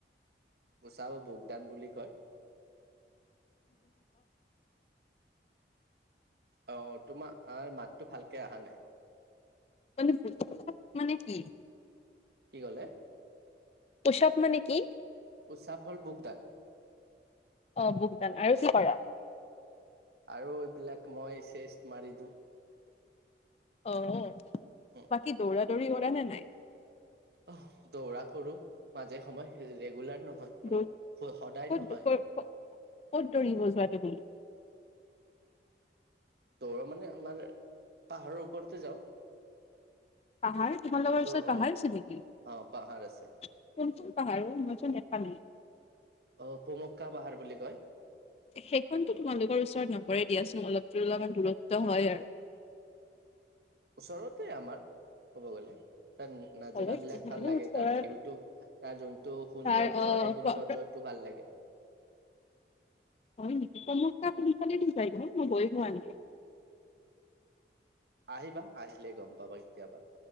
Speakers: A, on the right; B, on the left.
A: পুশ-আপ বুকডান বুলি কয়। অ' তোমাৰ মাতটো ভালকে অহা নাই
B: মানে বুকডান মানে কি?
A: কি কলে?
B: পুশ-আপ মানে কি?
A: পুশ-আপ হ'ল বুকডান।
B: অ' বুকদান আৰু কি কৰা
A: আৰু এইবিলাক মই চেষ্ট মাৰি দিওঁ
B: অ',
A: উম
B: বাকি দৌৰা-দৌৰি কৰা নে নাই?
A: অ' দৌৰা কৰোঁ মাজে সময়ে ৰেগুলাৰ নহয়
B: দৌ-
A: সদায়
B: ক'ত-
A: নহয়।
B: ক'ত- ক'ত দৌৰিব জোৱা তুমি
A: দৌৰ মানে আমাৰ পাহাৰৰ ওপৰতে যাওঁ
B: পাহাৰ তোমালোকৰ
A: ত
B: ওচৰত পাহাৰ
A: অ
B: আছে নেকি
A: অ পাহাৰ আছে
B: কোনখন পাহাৰ অ' মই চোন দেখা ফানি
A: অ' পোৱামক্কা পাহাৰ বুলি কয়।
B: সেইখনতো তোমালোকৰ ওচৰত নপৰে দিয়াচোন অলপ অলপমান দূৰত্ব হয় আৰু <inaudible>
A: ওচৰতে আমাৰ ক'ব গ'লে তাৰ নাজৰা
B: অলপ
A: বিলাক
B: তোমাৰো
A: ভাল লাগে
B: ওচৰত
A: তাৰ ভিউটো তাৰ যোনটো সৌন্দৰ্য
B: তাৰ অ'
A: সেই সৌন্দৰ্যটো
B: হয়
A: ভাল লাগে
B: হয় নেকি পুমক্কা কুন
A: উ
B: ফালেদি যায় ন মই গই পোৱা নাই
A: আহিবা আহিলে গম পাবা কেতিয়াবা।
B: <inaudible>